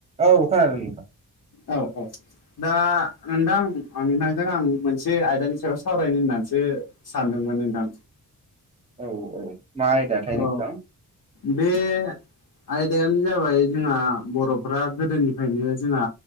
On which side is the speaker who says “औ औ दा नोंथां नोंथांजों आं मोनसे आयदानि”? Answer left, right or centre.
Left